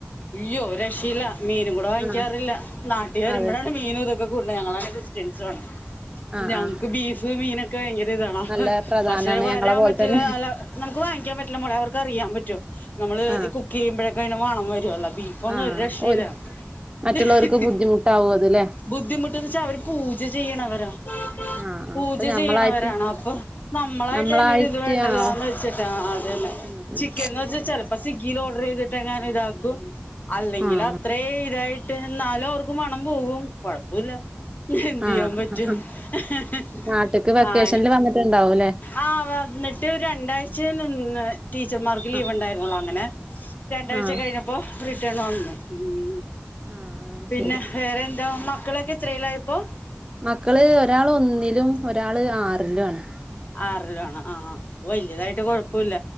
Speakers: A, on the left; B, on the right.
A: അയ്യോ രക്ഷയില്ല മീനും കൂടെ വാങ്ങിക്കാറില്ല
B: ആഹ്
A: നാട്ടിൽ വരുമ്പോഴാണ്
B: അതെ
A: മീന ഞങ്ങള ഡിസ്റ്റൻസണ്
B: ആഹ്
A: ഞക്
B: ആഹ്
A: ബീഫ് ബീന നക്ക്കഴിഞ്ഞു ഇതണ
B: നല്ല പ്രധാനാണ്
A: പക്ഷെ വരാൻ
B: ഞങ്ങളെ പോലെ
A: പറ്റില്ല
B: തന്നെ
A: അല്ല നമുക്ക് വാങ്ങിക്കാൻ പറ്റില്ല മോളെഅവർക്ക് അറിയാൻ പറ്റില് നമ്മള്
B: ആഹ്
A: ഈ കുക്ക് ചെയ്യുമ്പോഴ അയിന്റെ മണംവരും <unintelligible> ബീഫൊന്നും
B: ആഹ്
A: ഒരുരക്ഷയില്ല
B: ഓര് മറ്റുള്ളവർക്ക്
A: ഹി-ഹി-ഹി-ഹി
B: ബുദ്ധിമുട്ടാവും അത് ല്ലേ
A: ബുദ്ധിമുട്ടന്ന്വച്ചാ അവര് പൂജചെയ്യണവരാ
B: ആഹ് ആഹ്
A: പൂജ
B: അപ്പൊ ഞമ്മളായിട്ട്
A: ചെയ്യണവരാണപ്പൊ നമ്മളായിട്ടതിനൊരിത്
B: ഞമ്മളായിട്ട്
A: വേണ്ടല്ലോന്ന്
B: ആഹ്
A: വെച്ചിട്ടാ അതന്നെ
B: ഉം ഉം
A: ചിക്കൻന്ന്വെച്ച ചെലപ്പൊ സ്വിഗ്ഗിയിലോഡർചെയ്തിട്ട് എങ്ങാനും ഇതാകും തോ അല്ലെങ്കിലത്രേ
B: ആഹ്
A: ഇതായിട്ട് പിന്നെന്നാലും അവർക്ക് മണംപോകും കൊഴപ്പുല്ല എന്തെയ്യാൻപറ്റും
B: ആഹ്
A: ഹെ -ഹെ-ഹെ-ഹെ
B: നാട്ട്ക്ക് വെക്കേഷനില്
A: ആയി
B: വന്നിട്ടുണ്ടാവൂല്ലേ
A: ആ എന്നിട്ട് രണ്ടാഴ്ചയെ നിന്ന് ടീച്ചർമാർക്ക് ലീവ്ണ്ടായിരുന്നോള്ളോ
B: ആഹ്
A: അങ്ങനെ രണ്ടാഴ്ച
B: ആഹ്
A: കഴിഞ്ഞപ്പൊ റിട്ടൺവന്നു ഹ്മ്
B: ആഹ് അത്
A: പിന്നെ
B: ശരി
A: വേറെയെന്താ മക്ക് മക്കളൊക്കെത്രയില ഇപ്പോ
B: മക്കള് ഒരാളൊന്നിലും ഒരാള് ആറിലുആണ്
A: ആറിലാണ ആഹ് വലിയതായിട്ട് കൊഴപ്പൊല്ല